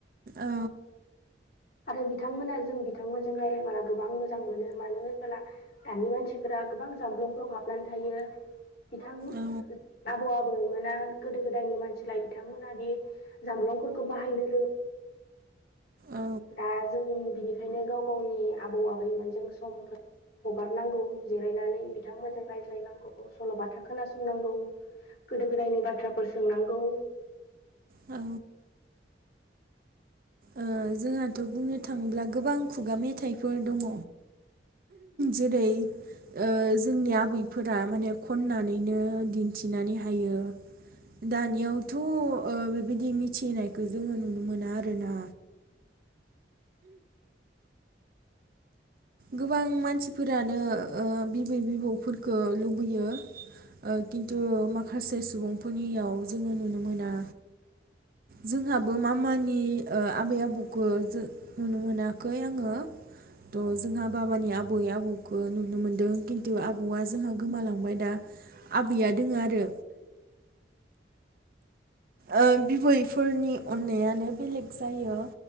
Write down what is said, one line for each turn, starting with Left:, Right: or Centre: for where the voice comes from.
Right: औ
Left: आरो बिथांमोना जों बिथांमोनजों रायज्लायबोला गोबां मोजां मोनो होनबोला दानि मानसिफोरा गोबां जामबुंफ्राव हाबनानै थायो बिथां
Right: औ
Left: आबौ आबैमोना गोदो गोदायनि मानसिलाय बिथांमोना बे जामबुंनफोरखौ बाहायनो रों
Right: औ
Left: दा जों बिनिखायनो गाव गावनि आबौ आबैमोनजों समफोर हगारनांगौ जिरायनानै बिथांमोनजों रायज्लायनांगौ सल'बाथा खोनासंनांगौ गोदो गोदायनि बाथ्राफोर सोंनांगौ,
Right: औ ओ जोंहाथ' बुंनो थाङोब्ला गोबां खुगा मेथाइफोर दङ जेरै ओ जोंनि आबैफोरा माने खननानैनो दिन्थिनानै हायो दानियावथ' ओ बेबायदि मिथिनायखौ जोङो नुनो मोना आरोना? गोबां मानसिफोरानो ओ बिबै बिबौफोरखौ लुबैयो ओ खिन्थु माखासे सुबुंफोरनियाव जोङो नुनो मोना, जोंहाबो मामानि ओ आबै आबौखो जो नुनो मोनाखै आङो थ' जोंहा बाबानि आबै आबौखौ नुनो मोनदों खिन्थु आबौआ जोंहा गोमालांबाय दा आबैया दोङो आरो ओ बिबैफोरनि अननायानो बेलेग जायो